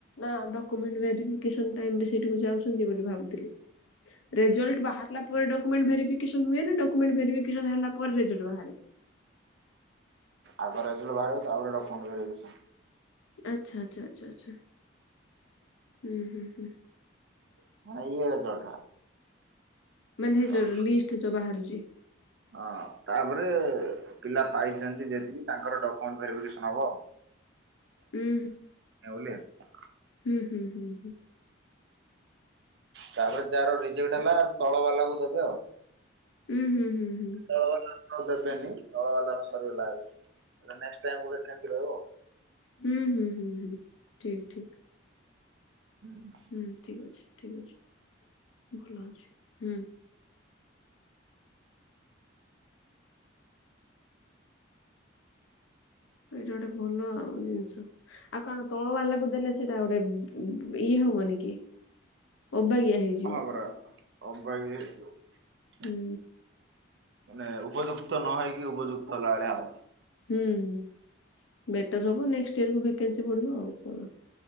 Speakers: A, on the left; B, on the right.
A: ନା ଡକ୍ୟୁମେଣ୍ଟ ଭେରିଫିକେସନ୍ ଟାଇମ୍ ରେ ସେଇଠାକୁ ଯାଉଛନ୍ତି ବୋଲି ଭାବୁଥିଲି। ରେଜଲ୍ଟ ବାହାରିଲା ପରେ ଡକ୍ୟୁମେଣ୍ଟ ଭେରିଫିକେସନ ହୁଏ ନା ଡକ୍ୟୁମେଣ୍ଟ ଭେରିଫିକେସନ୍ ହେଲା ପରେ ରେଜଲ୍ଟ ବାହାରେ?
B: ଆଗ ରେଜଲ୍ଟ ବାହାରିବ, ତା ପରେ ଡକ୍ୟୁମେଣ୍ଟ ଭେରିଫିକେସନ୍।
A: ଆଚ୍ଛା ଆଚ୍ଛା ଆଚ୍ଛା ଆଚ୍ଛା। ହୁଁ ହୁଁ ହୁଁ।
B: <unintelligible>
A: ମାନେ
B: ଆଉ
A: ଯୋ ଲିଷ୍ଟ ଯୋଉ ବାହାରୁଛି?
B: ହଁ, ତାପରେ ପିଲା ପାଇଛାନ୍ତି ଯେତିକି, ତାଙ୍କର ଡକ୍ୟୁମେଣ୍ଟ ଭେରିଫିକେସନ ହବ।
A: ହୁଁ
B: <unintelligible>
A: ହୁଁ ହୁଁ ହୁଁ ହୁଁ।
B: ତାପରେ ଯାହାର ରିଜେକ୍ଟ ହେଲା ତଳ ବାଲା କୁ ଦେବେ ଆଉ।
A: ହୁଁ ହୁଁ ହୁଁ ହୁଁ।
B: ବା ଦେବେନି ତଳ ବାଲାର ସରିଗଲା ଏଇଲେ ଏଟା ନେଷ୍ଟ ପାଇଁ ଗୋଟେ <unintelligible> ରହିବ।
A: ହୁଁ ହୁଁ ହୁଁ ହୁଁ ଠିକ୍ ଠିକ୍।
B: ହୁଁ ହୁଁ।
A: ହୁଁ ଠିକ୍ ଅଛି ଠିକ୍ ଅଛି ଭଲ ଅଛି ହୁଁ। ଏଇଟା ଗୋଟେ ଭଲ ଆଉ ଜିନିଷ। ଆଉ କଣ ତଳ ବାଲା କୁ ଦେଲେ ସେଇଟା ଗୋଟେ ଇଏ ହବନି କି? ଅବାଗିଆ ହେଇଯିବ।
B: ହଁ ପରା ଅବାଗିଆ ହେଇଯିବ।
A: ହୁଁ।
B: ମାନେ ଉପଯୁକ୍ତ ନହେଇକି ଉପଯୁକ୍ତ ହେଲା ଭଳିଆ ଆଉ।
A: ହୁଁ ହୁଁ ବେଟର ହବ ନେକ୍ସଟ ଇୟର କୁ ଭେକେନ୍ସି ବଢ଼ିବ ଆଉ କଣ।